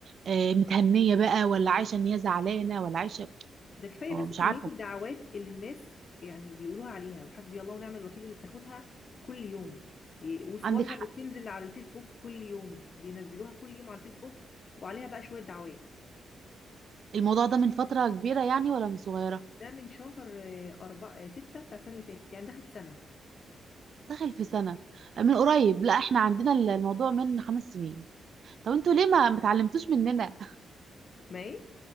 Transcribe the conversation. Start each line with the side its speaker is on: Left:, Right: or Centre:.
Right: آه، متهنيه بقى ولا عايشه ان هي زعلانه ولا عايشه
Left: ده كفايه
Right: هو
Left: بس
Right: مش
Left: كميه
Right: عارفه
Left: الدعوات اللي الناس يعني بيقولوها عليها وحسبي الله ونعم الوكيل اللي بتاخدها كل يوم ي- وصورها
Right: عندك حق
Left: اللي بتنزل على الفيسبوك كل يوم بينزلوها كل يوم على الفيسبوك وعليها بقى شويه دعوات
Right: الموضوع ده من فتره كبيره يعني ولا من صغيره
Left: ده من شهر آه، أربعة آه، ستة بتاع السنة اللي فاتت يعني داخل في سنة
Right: داخل في سنه آه، من قريب لا احنا عندنا ال- الموضوع من خمس سنين طب انتوا ليه ما متعلمتوش مننا
Left: ما ايه